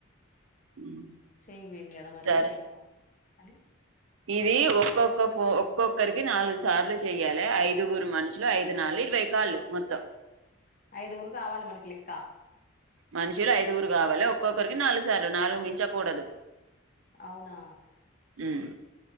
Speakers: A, on the right (about 75°); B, on the left (about 40°).
A: ఉమ్,
B: చేనికి పోయింది కద మరి
A: సరే
B: ఏమో అని
A: ఇది ఒక్కొక్క
B: సరే.
A: ఫో ఒక్కొ ఒక్కరికి నాలుగు సార్లు చెయ్యాలె ఐదుగురు మనుషులు ఐదు నాల్లు ఇరవై కాల్లు మొత్తం
B: ఐదుగురు కావాలి మనకు లెక్కా
A: మనుషులు ఐదుగురు కావాలి ఒక్కొక్కరికి నాలుగు సార్లు నాలుగు మించకూడదు
B: అవునా
A: హ్మ్